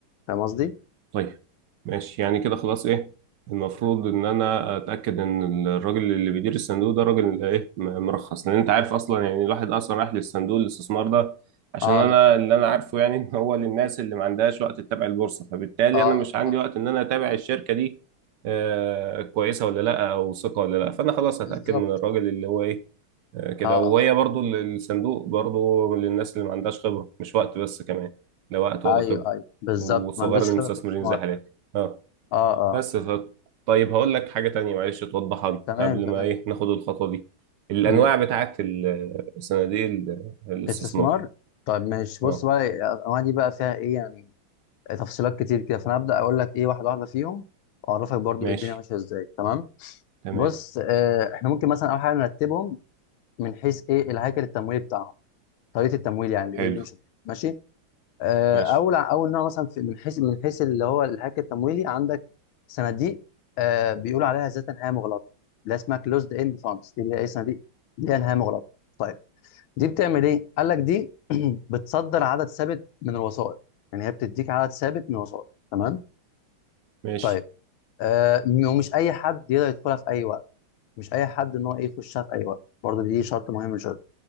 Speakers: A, on the left (about 80°); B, on the right (about 70°).
A: فاهم قصدي؟
B: طيب ماشي يعني كده خلاص ايه المفروض ان انا اتاكد ان الراجل اللي بيدير الصندوق ده راجل ايه م- مرخص لان انت عارف اصلا يعني الواحد اصلا راح للصندوق الاستثمار ده عشان
A: اه
B: انا اللي انا عارفه يعني ان هو للناس اللي ما عندهاش وقت تتابع البورصه فبالتالي
A: اه
B: انا مش عندي
A: اه
B: وقت ان انا اتابع
A: صح.
B: الشركه دي آه كويسه ولا لا او ثقه ولا لا فانا خلاص هتاكد
A: بالظبط
B: من الراجل اللي هو ايه آه، كده
A: اه
B: وهي
A: اه
B: برضو ال- الصندوق برضو للناس اللي ما عندهاش خبرة مش وقت بس كمان لا وقت ولا
A: ايوه
B: خبرة
A: ايوه بالظبط
B: وصغار
A: ما عندوش
B: المستثمرين
A: خبره في الاستثمار
B: زي حالاتي
A: فعلا
B: اه
A: اه اه
B: بس ف... طيب هقول لك حاجة تانية معلش توضحها لي
A: تمام
B: قبل
A: تمام
B: ما ايه ناخد الخطوة دي الأنواع
A: مم.
B: بتاعت ال- صناديق ال- الاستثمار
A: استثمار طيب ماشي
B: اه
A: بص بقى الانواع دي بقى فيها ايه يعني تفصيلات كتير كده فانا هبدا اقول لك ايه واحده واحده فيهم واعرفك برضو
B: ماشي
A: ايه الدنيا ماشيه ازاي تمام
B: تمام
A: بص آه احنا ممكن مثلا اول حاجه نرتبهم من حيث ايه الهيكل التمويلي بتاعهم طريقه التمويل يعني ايه
B: حلو
A: بيمشوا بيها ماشي آه،
B: ماشي
A: اول اول نوع مثلا في من حيث من حيث اللي هو الهاك التمويلي عندك صناديق آه، بيقولوا عليها ذات نهايه مغلقه اللي اسمها كلوزد اند فاندز دي اللي هي صناديق ليها نهايه مغلقه طيب دي بتعمل ايه؟ قال لك دي <clears throat> بتصدر عدد ثابت من الوسائط يعني هي بتديك عدد ثابت من الوسائط تمام؟
B: ماشي
A: طيب آه، م- ومش اي حد يقدر يدخلها في اي وقت مش اي حد ان هو ايه يخشها في اي وقت برضه دي شرط مهم من شرط